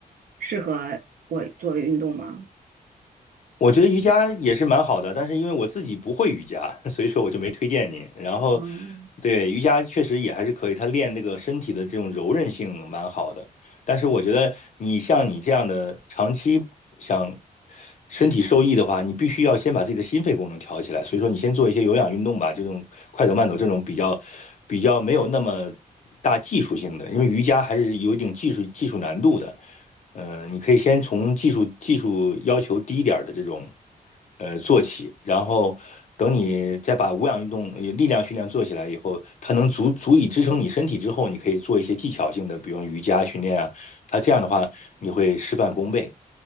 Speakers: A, on the right; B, on the left.
A: 适合我做运动吗？
B: 我觉得瑜伽也是蛮好的，但是因为我自己不会瑜伽，<laughs> 所以说我就没推荐你。然后，
A: 哦，
B: 对，瑜伽确实也还是可以，它练那个身体的这种柔韧性蛮好的。但是我觉得你像你这样的长期想身体受益的话，你必须要先把自己的心肺功能调起来。所以说，你先做一些有氧运动吧，这种快走慢走这种比较比较没有那么大技术性的，因为瑜伽还是有一定技术技术难度的。呃，你可以先从技术技术要求低一点儿的这种呃做起，然后等你再把无氧运动、呃力量训练做起来以后，它能足足以支撑你身体之后，你可以做一些技巧性的，比如瑜伽训练啊，它这样的话你会事半功倍。